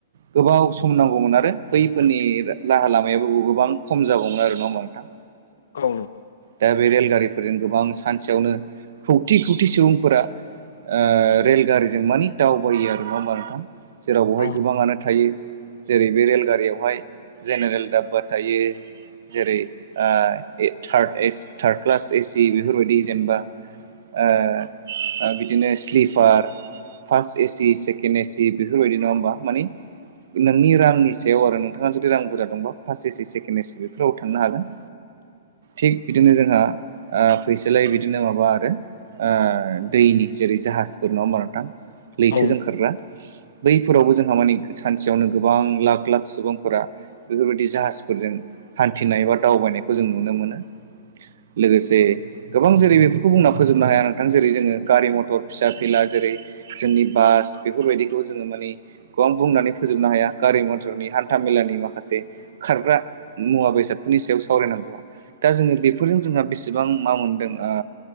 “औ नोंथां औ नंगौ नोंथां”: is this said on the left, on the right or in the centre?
Left